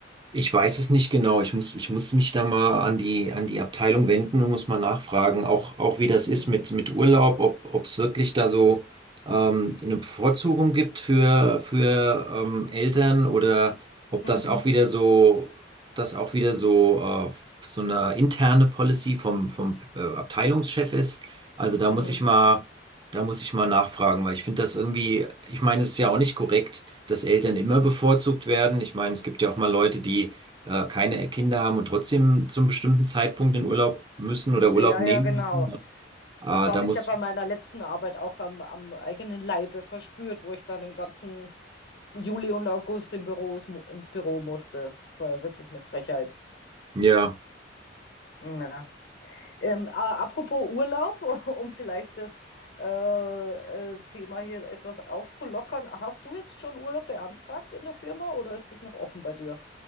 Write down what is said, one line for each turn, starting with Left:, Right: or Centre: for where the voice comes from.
Right: Ich weiß es nicht genau. Ich muss, ich muss mich da mal an die, an die Abteilung wenden und muss mal nachfragen, auch, auch wie das ist
Left: Mhm,
Right: mit, mit Urlaub, ob, ob es wirklich da so ähm, eine Bevorzugung gibt für, für ähm, Eltern oder ob
Left: mhm,
Right: das auch wieder so, das auch wieder so, äh, so eine interne Policy vom, vom äh, Abteilungschef ist. Also da
Left: mhm.
Right: muss ich mal. Da muss ich mal nachfragen, weil ich finde das irgendwie, ich meine, es ist ja auch nicht korrekt, dass Eltern immer bevorzugt werden. Ich meine, es gibt ja auch mal Leute, die äh, keine Kinder haben und trotzdem zum bestimmten Zeitpunkt in Urlaub müssen oder Urlaub
Left: Ja,
Right: nehmen
Left: ja, genau.
Right: müssen. Ne? Ah,
Left: Das habe
Right: da muss,
Left: ich ja bei meiner letzten Arbeit auch am, am eigenen Leibe verspürt, wo ich dann den ganzen Juli und August im Büro, ins Büro musste. Das war ja wirklich eine Frechheit.
Right: ja.
Left: Ja. Ähm, äh, apropos Urlaub, <laughs> um vielleicht das äh, äh, Thema hier etwas aufzulockern. Hast du jetzt schon Urlaub beantragt in der Firma oder ist das noch offen bei dir?